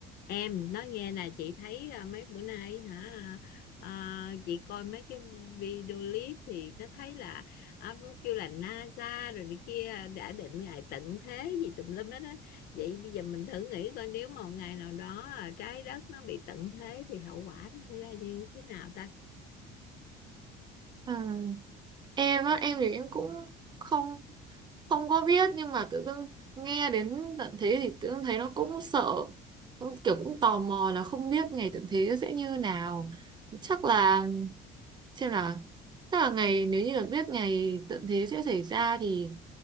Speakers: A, on the left (about 55°); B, on the right (about 25°).
A: em nói nghe nè chị thấy à, mấy bữa nay hả à, à, chị coi mấy cái video clip thì nó thấy là à, kêu là NASA rồi này kia đã định ngày tận thế gì tùm lum hết á vậy bây giờ mình thử nghĩ coi nếu mà một ngày nào đó à, trái đất nó bị tận thế thì hậu quả nó sẽ ra như thế nào ta
B: À, em á em thì em cũng không không có biết nhưng mà tự dưng nghe đến tận thế thì tự dưng thấy nó cũng sợ cũng kiểu cũng tò mò là không biết ngày tận thế sẽ như nào chắc là xem là chắc là ngày nếu như là biết ngày tận thế sẽ xảy ra thì